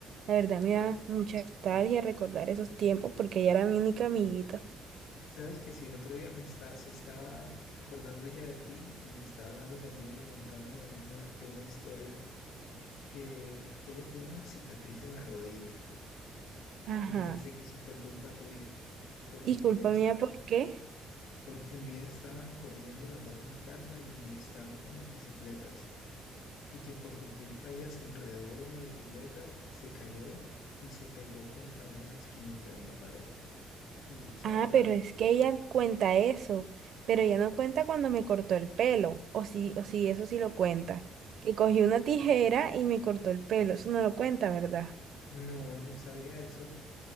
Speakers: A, on the right; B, on the left.
A: La verdad me
B: ¿Sabes
A: da mucha nostalgia recordar esos tiempos porque ella era mi única amiguita.
B: sabes que sí? El otro día me está, se estaba acordando ya de ti y estaba hablando conmigo, contándome una, de una historia que ella tiene una cicatriz en la rodilla
A: Ajá.
B: y me dice que eso fue culpa tuya, porque
A: Y
B: un
A: culpa
B: día estaba
A: mía, ¿por qué?
B: porque un día estaban corriendo las dos en la casa y molestando con las bicicletas, y que por tu culpa ella se enredó en la bicicleta y se cayó y se pegó contra una esquinita de una pared y se
A: Ah,
B: abrió
A: pero
B: la rodilla.
A: es que ella cuenta eso, pero ella no cuenta cuando me cortó el pelo, o sí, o sí, eso sí lo cuenta. Que cogió una tijera y me cortó el pelo, eso no lo cuenta, ¿verdad?
B: No, no sabía eso.